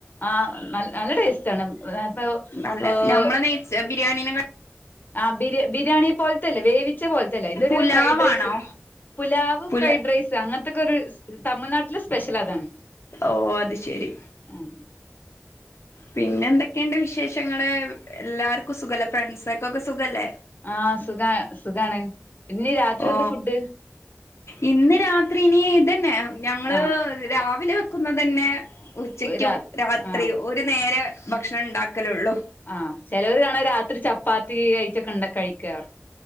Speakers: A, on the left; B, on the left.
A: ആഹ് നല്ല ടേസ്റ്റ് ആണ്. ഇപ്പൊ
B: അല്ല ഞമ്മള നെയിൽസ് ബിരിയാണിന
A: ആഹ് ബിരി ബിരിയാണി പോലത്തെല്ലേ വേവിച്ച പോലത്തല്ലേ ഇതൊരു
B: പുലാവാണോ
A: ഫ്രൈഡ് റൈസ് പുലാവ്
B: പുല
A: ഫ്രൈഡ് റൈസ് അങ്ങനത്തൊക്കെ ഒരു തമിഴ്നാട്ടിലെ സ്പെഷ്യൽ അതാണ്
B: ഓ അത് ശെരി
A: ഉം
B: പിന്നെ എന്തൊക്കെയണ്ട് വിശേഷങ്ങള് എല്ലാർക്കും സുഖല്ലേ? ഫ്രണ്ട്സർക്കൊക്കെ സുഖല്ലേ?
A: ആഹ് സുഖ സുഖാണ്. പിന്നീ രാത്രി
B: ഓ
A: എന്താ ഫുഡ്
B: ഇന്ന് രാത്രി ഇനി ഇതന്നെ ഞങ്ങള്
A: ആ
B: രാവിലെ വെക്കുന്ന തന്നെ ഉച്ചക്കും
A: രാ
B: രാത്രിയോ
A: ആ
B: ഒരു നേര ഭക്ഷണം ഉണ്ടാക്കലോള്ളൂ
A: ആഹ് ചിലവർ ആണേ രാത്രി ചപ്പാത്തി വൈച്ചൊക്കെ ഇണ്ടാക്കി കഴിക്കാറ്